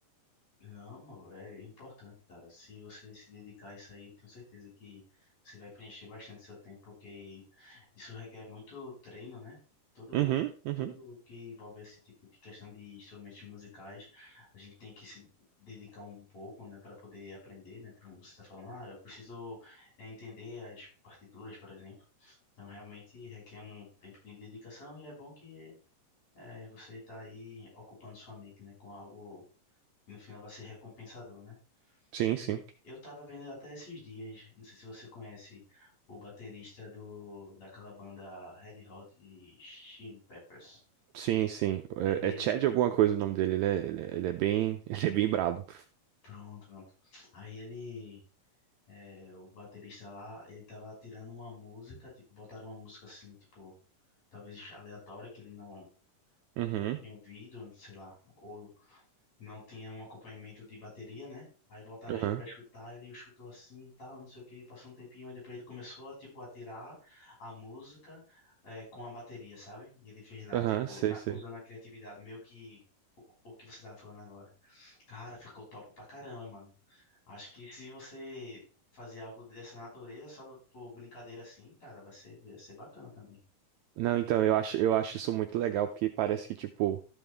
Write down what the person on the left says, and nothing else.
Não, amor, é importante, cara. Se você se dedicar a isso aí, tenho certeza que você vai preencher bastante seu tempo, porque isso requer muito treino, né? Tudo,
tudo que envolve esse tipo de questão de instrumentos musicais, a gente tem que se dedicar um pouco, né, para poder aprender, né? Por exemplo, você está falando, ah, eu preciso eh, entender as partituras, por exemplo. Então, realmente requer um tempo de dedicação e é bom que eh, você está aí ocupando sua mente, né, com algo e no final vai ser recompensador, né?
E
eu tava vendo até esses dias, não sei se você conhece o baterista do, daquela banda Red Hot Chili Peppers.
Ele,
pronto, pronto. Aí ele, é, o baterista lá, ele tava tirando uma música, tipo, botaram uma música assim, tipo, talvez aleatória, que ele não,
não tinha ouvido, sei lá, ou não tinha um acompanhamento de bateria, né? Aí botaram
ele pra escutar, ele chutou assim e tal, não sei o que, passou um tempinho, aí depois ele começou a, tipo, a tirar a música eh, com a bateria, sabe? E ele fez lá,
tipo,
na-
usando a criatividade, meio que o que você tava falando agora. Cara, ficou top pra caramba, mano. Acho que se você fazer algo dessa natureza, só por brincadeira assim, cara, vai ser, vai ser bacana também.